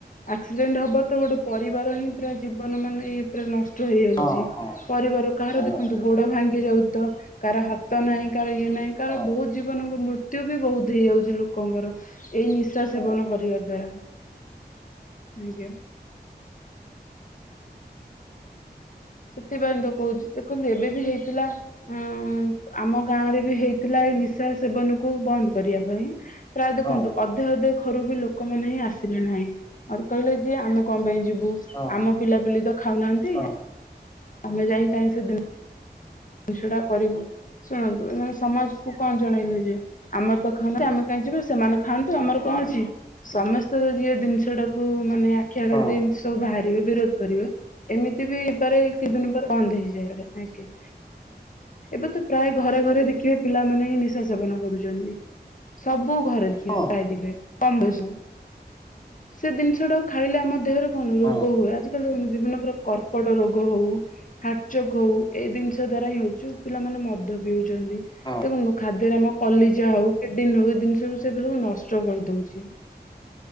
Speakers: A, on the left; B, on the left.
A: ଆକ୍ସିଡେଣ୍ଟ ହବ ତ ଗୋଟେ ପରିବାର ହିଁ ପୁରା ଜୀବନ ମାନେ ପୁରା ନଷ୍ଟ ହେଇଯାଉଛି।
B: ହଁ ହଁ
A: ପରିବାର କାହାର
B: ହଁ
A: ଦେଖନ୍ତୁ ଗୋଡ଼ ଭାଙ୍ଗି ଯାଉଚି ତ! କାହାର ହାତ ନାହିଁ କାହାର ଇଏ ନାହିଁ କାହାର
B: ହଁ
A: ବହୁତ ଜୀବନଙ୍କ ମୃତ୍ୟୁ ବି ବହୁତ ହେଇଯାଉଛି। ଲୋକଙ୍କର, ଏଇ ନିଶା
B: ହଁ ହଁ
A: ସେବନ
B: ହଁ
A: କରିବା ଦ୍ଵାରା ଆଜ୍ଞା। ସେଥିପାଇଁ ତ କହୁଛି ଦେଖନ୍ତୁ ଏବେ ବି ହେଇଥିଲା। ହୁଁ ଆମ ଗାଁରେ ବି ହେଇଥିଲା ଏଇ ନିଶା ସେବନକୁ ବନ୍ଦ କରିବା ପାଇଁ। ପ୍ରାୟ ଦେଖନ୍ତୁ
B: ହଁ ହଁ
A: ଅଧେ ଅଧେ ଘରୁ ବି ଲୋକମାନେ ହିଁ ଆସିଲେ ନାହିଁ। ଅର କହିଲେ ଯେ ଆମେ କଣ ପାଇଁ ଯିବୁ
B: ହଁ ହଁ
A: ଆମ ପିଲାପିଲି ତ ଖାଉନାହାନ୍ତି।
B: ହଁ
A: ଆମେ ଯାଇ କାଇଁ ସେଦିନ! ଜିନିଷଟା କରିବୁ। ଶୁଣନ୍ତୁ ଏମାନେ ସମାଜ କୁ କଣ ଜଣେଇଲେ ଯେ ଆମର ତ ଖାଉନାହାନ୍ତି ଆମେ କାହିଁ ଯିବା। ସେମାନେ ଖାଆନ୍ତୁ ଆମର କଣ ଅଛି। ସମସ୍ତେ ଯିଏ ଜିନିଷ ଟାକୁ ମାନେ ଆଖି ଆଗାରରେ
B: ହଁ
A: ଦେଇ ଏମିତି ସବୁ ବାହାରି--' ବିରୋ ବିରୋଧ କରିବା। ଏମିତି ବି ହେଇପାରେ ଏ କିଛିଦିନି ପରେ ବନ୍ଦ ହେଇଯାଇପାରେ ଆଜ୍ଞା। ଏବେ ତ ପ୍ରାୟ ଘରେ ଘରେ ଦେଖିବେ ପିଲାମାନେ ହିଁ ନିଶା ସେବନ କରୁଛନ୍ତି। ସବୁ ଘରେଯେ। ଦେଖିବେ
B: ହଁ
A: ପ୍ରାୟ ଦେଖିବେ କମ ବୟସରୁ। ସେ ଜିନିଷ ଟାକୁ ଖାଇଲେ ଆମ ଦେହରେ କଣ
B: ହଁ
A: ରୋଗ ହୁଏ। ଆଜିକାଲି ଦେଖୁନ ବିଭିନ୍ନ ପ୍ରକ କର୍କଟ ରୋଗ ହଉ ହାଟଚୋକ ହଉ ଏଇ ଜିନିଷ ଦ୍ଵାରା ହିଁ ହଉଚୁ। ପିଲାମାନେ ମଦ ପିଉଛନ୍ତି।
B: ହଁ
A: ଦେଖନ୍ତୁ ଖାଦ୍ୟରେ ଆମ କଲିଜା ହଉ କିଡିନ ହଉ ଏ ଜିନିଷ କୁ ସେସବୁ ନଷ୍ଟ କରିଦଉଛି।